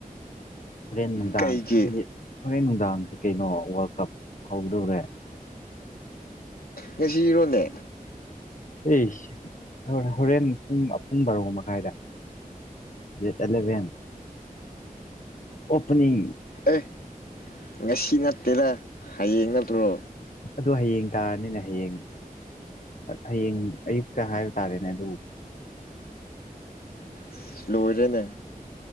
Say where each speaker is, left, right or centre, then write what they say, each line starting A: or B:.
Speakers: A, on the left; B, on the left.
A: ꯍꯣꯔꯦꯟ ꯅꯨꯡꯗꯥꯡ
B: ꯀꯩꯒꯤ
A: ꯑꯗꯤ ꯍꯣꯔꯦꯟ ꯅꯨꯡꯗꯥꯡꯁꯦ ꯀꯩꯅꯣ ꯋꯥꯔꯜ ꯀꯞ ꯍꯧꯗꯧꯔꯦ
B: ꯉꯁꯤꯔꯣꯅꯦ
A: ꯑꯁ ꯍ ꯍꯣꯔꯦꯟ ꯄꯨꯡ ꯄꯨꯡ ꯕꯥꯔꯣ ꯃꯈꯥꯏꯗ ꯗꯦꯠ ꯑꯦꯂꯚꯦꯟ ꯑꯣꯄꯅꯤꯡ
B: ꯑꯦ ꯉꯁꯤ ꯅꯠꯇꯦꯗ ꯍꯌꯦꯡ ꯅꯠꯇ꯭ꯔꯣ
A: ꯑꯗꯣ ꯍꯌꯦꯡ ꯇꯥꯔꯅꯤꯅꯦ ꯍꯌꯦꯡ ꯍꯌꯦꯡ ꯑꯌꯨꯛꯇ ꯍꯥꯏꯕ ꯇꯥꯔꯦꯅꯦ ꯑꯗꯨꯕꯨ
B: ꯑꯁ ꯂꯣꯏꯔꯦꯅꯦ